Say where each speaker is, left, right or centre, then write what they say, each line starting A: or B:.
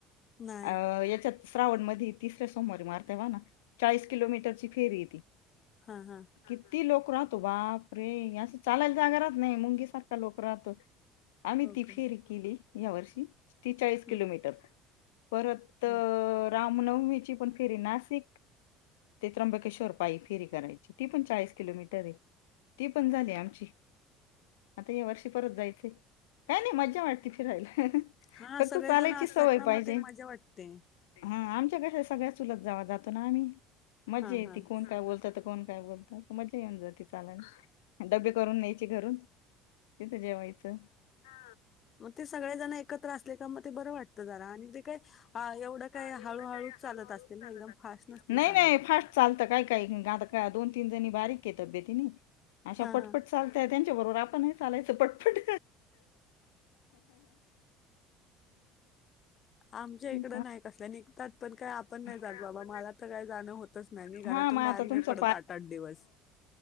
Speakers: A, on the left; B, on the left.
A: नाही.
B: अ येच्यात. श्रावण मध्ये तिसऱ्या सोमवारी मारत्या बघा ना चाळीस किलोमीटर ची फेरी हाय ती
A: हा हा
B: किती लोक राहतात. बाप रे असं चालायला जागा राहत नाही मुंगी सारखा लोक राहत. आम्ही
A: हो
B: ती
A: का?
B: फेरी केली या वर्षी त्रेचाळीस किलोमीटर
A: हं,
B: परत त
A: हं.
B: रामनवमीची पण फेरी नाशिक ते त्र्यंबकेश्वर पाय फेरी करायची. ती पण चाळीस किलोमीटर हाय ती पण झाली आमची. आता या वर्षी परत जायचंय काय नाही मज्जा वाटती फिरायला.
A: हा
B: फक्त
A: सगळे
B: चालायची
A: जण असतात
B: सवय
A: ना
B: पाहिजे.
A: म ते मजा वाटते.
B: हा आमच्या कशा सगळ्या चुलत जाव जातो ना आम्ही मज्जा
A: हां,
B: येते
A: हां.
B: कोण काय बोलतात. तर कोण काय बोलतात मज्जा येऊन जाते. डब्बे करून न्यायचे घरून तिथं जेवायचं. हा
A: म ते सगळे जण एकत्र असले का म ते बरं वाटतं जरा आणि ते काय आ एवढं काय
B: हा एवढं
A: हळू-हळूच
B: काय
A: चालत
B: हळूहळू
A: असतील ना
B: चालत
A: एकदम
B: असत्यात.
A: फास्ट नसतील
B: नाही
A: चालत.
B: नाही फास्ट चालता काय काय आता का दोन तीन जणी बारीक हाय तब्येतीने अशा
A: हां,
B: पटपट
A: हां.
B: चालताय त्यांच्या बरोबर आपण ही <inaudible> चालायचं पटपट
A: आमच्या इकडं
B: हो
A: नाही कसल्या निघतात पण काय आपण नाही जात
B: का?
A: बाबा मला तर काय जाणं होतच होतच नाही मी घरातून
B: हा मग आता
A: बाहेर नाही
B: तुमचा
A: पडत आठ आठ दिवस